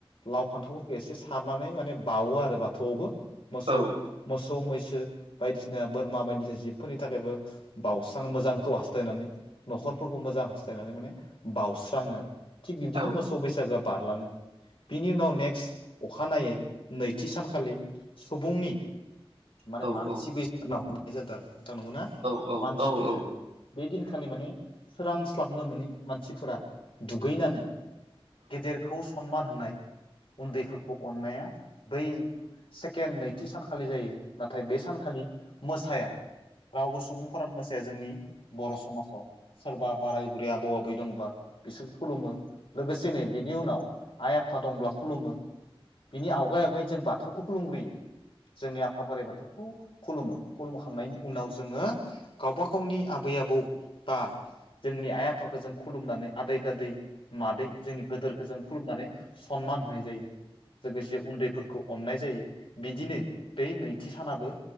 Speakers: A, on the left; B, on the right.
A: लाव फान्थावफोरखौ एसे सारनानै माने बावो आरो बाथौआवबो। मोसौ
B: औ
A: मोसौ मैसो बायदिसिना बोरमा बायदिसिना जिबफोरनि थाखायबो बाउस्रां मोजांखौ हास्थायनानै न'खरफोरखौ मोजां हास्थायनानै माने बावउस्राङो आरो। थिग बिदिनो
B: औ
A: मोसौ बैसागोआ बारलाङो। बिनि उनाव नेक्स्ट अखानायै नैथि सानखालि सुबुंनि
B: औ
A: माने मानसि बैसाना हमनाय जादों आरो नोंथां नंगौ ना?
B: औ
A: मानसि
B: औ नोंथां औ
A: बैसागो
B: औ
A: बे दिनखालि माने सोरांस्लाबनो मोनै मानसिफोरा दुगैनानै गेदेर खौ सनमान होनाय उन्दैफोरखौ अन्नाया बै सेकेन्द नैथि सानखालि जायो नाथाय बे सानखालि मोसाया। रावबो सुबुंफोरानो मोसाया जोंनि बर' समाजाव सोरबा बोराय बुरै आबौ आबै दंबाबो बिसोर खुलुमो लोगोसेनो बेनि उनाव आइ आफा दंब्ला खुलुमो। बिनि आवगाय आवगायै जों बाथौखौ खुलुमग्रोयो। जोंनि आफा बोराइ बाथौखौ खुलुमो। खुलुमखांनायनि उनाव जोङो गावबा गावनि आबै आबौ बा जोंनि आइ आफाखौ जों खुलुमनानै आदै दादै मादै जोंनि गोदोरखौ जों खुलुमनानै सनमान होनाय जायो लोगोसे उन्दै फोरखौ अन्नाय जायो बिदिनो बै नैथि सानाबो